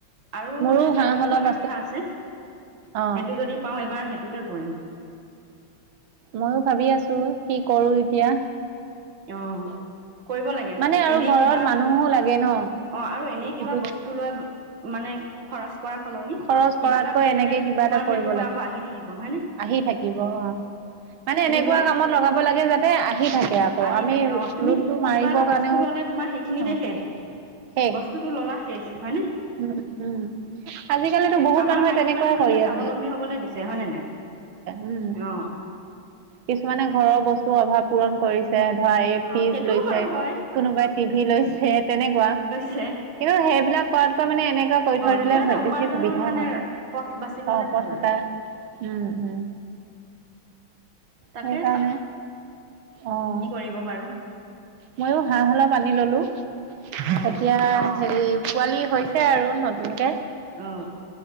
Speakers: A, on the right; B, on the right.
A: আৰু
B: মোৰো
A: এই
B: হাঁহ
A: ছাগলীও
B: অলপ
A: অনাৰ কথা আছে।
B: অ'।
A: সেইটো যদি পাও এবাৰ সেইটোকে কৰিম।
B: ময়ও ভাবি আছো কি কৰো এতিয়া।
A: অ', কৰিব লাগে
B: মানে আৰু
A: এনে
B: ঘৰত
A: কিবা
B: মানুহো লাগে ন।
A: অ', আৰু এনে কিবা
B: ইটো
A: বস্তু তোলৈ মানে খৰচ কৰা সলনি
B: খৰচ
A: কিবা
B: কৰাতকৈ
A: এটা কৰিলে
B: এনেকে কিবা
A: তোমাৰ
B: এটা কৰিব
A: সেইটোৰ পৰা
B: লাগে।
A: আকৌ আহি থাকিব হয় নে।
B: আহি থাকিব অ' মানে এনেকুৱা
A: লোৱা
B: কামত লগাব লাগে যাতে আহি থাকে আৰু অ
A: আহি
B: 'আমি
A: থাকে অ' তুমি
B: লোনটো মাৰিবৰ
A: কিবা এটা
B: কাৰণেও
A: বস্তু ল'লে
B: অ'
A: তোমাৰ সেইখিনিতে শেষ
B: শেষ
A: বস্তুটো ল'লা শেষ হয়নেে।
B: উম, উম, আজিকালিতো বহুত
A: আমাৰ
B: মানুহে
A: মাইকী
B: তেনেকুৱাই
A: মানুহখিনিক
B: কৰি আছে।
A: স্বাৱলম্বী হ'বলৈ দিছে হয়নে নাই
B: উম
A: অ'
B: কিছুমানে ঘৰৰ বস্তুৰ অভাৱ পূৰণ কৰিছে। ধৰা এই
A: অ'
B: ফিজ
A: সেইটোও
B: লৈছে।
A: বাৰু হয়
B: কোনোবাই টিভি লৈছে তেনেকুৱা।
A: ছে
B: কিন্তু সেইবিলাক কৰাত মানে এনেকুৱা কৰি থৈ দিলে
A: কিবা এটা উপাৰ্জনৰ
B: বেছি সুবিধা
A: মানে
B: হয়
A: পথ বাছি ললে
B: অ পথ
A: ভাল আৰু
B: এতাৰ উম, উম।
A: তাকে
B: সেইকাৰণে অ'
A: দিব পাৰো।
B: মইও হাঁহ হলপ আনি ললো
A: অ
B: এতিয়া হেৰি পোৱালি হৈছে। আৰু নতুনকে
A: অ'